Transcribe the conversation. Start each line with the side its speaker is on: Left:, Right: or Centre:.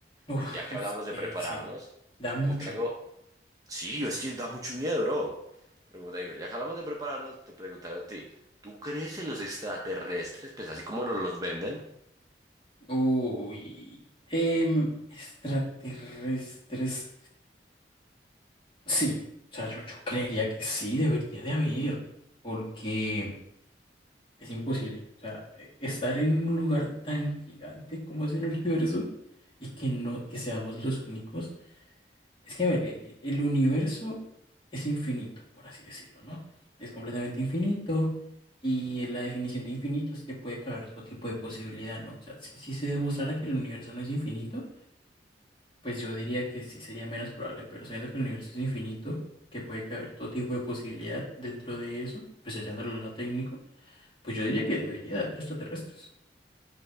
Left: Uf,
Right: Y ya que
Left: es
Right: hablamos
Left: que
Right: de prepararnos,
Left: sí, da mucho.
Right: yo te hago Sí, es que da mucho miedo, bro. Pero como te digo, ya que hablamos de prepararnos, te preguntaron a ti, ¿tú crees en los extraterrestres? Pues así como nos los venden.
Left: Uy, em, extraterrestres. Sí, o sea, yo, yo creería que sí, debería de haber, porque es imposible. O sea, e- estar en un lugar tan gigante como es el <laughs> universo y que no, que seamos los únicos. Es que, a ver, e- e- el universo es infinito, por así decirlo, ¿no? Es completamente infinito. Y la definición de infinito es que puede caber todo tipo de posibilidad, ¿no? O sea, si, si se demostrara que el universo no es infinito, Pues yo diría que sí sería menos probable, pero sabiendo que el universo es infinito, que puede caber todo tipo de posibilidad dentro de eso, pues echándolo al lado técnico, pues yo diría que debería de haber extraterrestres.